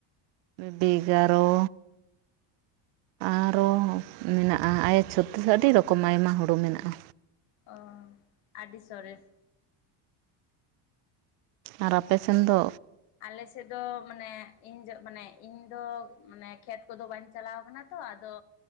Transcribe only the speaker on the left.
ᱚᱻ ᱟᱹᱰᱤ ᱥᱚᱨᱮᱥ
ᱟᱞᱮᱥᱮᱫ ᱫᱚ ᱢᱟᱱᱮ ᱤᱧ ᱡ ᱢᱟᱱᱮ ᱤᱧ ᱫᱚ ᱢᱟᱱᱮ ᱠᱷᱮᱛ ᱠᱚᱫᱚ ᱵᱟᱹᱧ ᱪᱟᱞᱟᱣ ᱟᱠᱟᱱᱟ ᱛᱚ